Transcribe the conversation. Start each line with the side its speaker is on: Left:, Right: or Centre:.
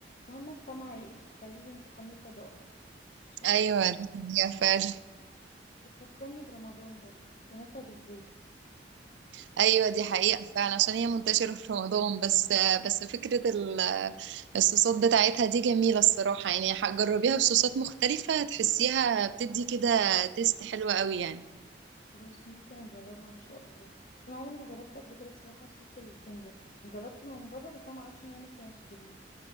Left: فاهمة السمع يخليني متحمسة ادوقها ان شاء
Right: ايوه
Left: الله
Right: دي حقيقة فعلا
Left: بتفكرني برمضان برضو كنافة بالزيت
Right: <laughs> ايوه دي حقيقه فعلا عشان هي منتشره في رمضان بس بس فكره ال- الصوصات بتاعتها دي جميله الصراحه يعني ح- جربيها بصوصات مختلفه هتحسيها بتدي كده تيست حلوه قوي يعني
Left: خلاص ممكن اجربها ان شاء الله بس انا عمري ما جربت قبل كده الصراحة صوص الكندر يعني جربته من بره بس انا معرفش ان انا ممكن اشتريه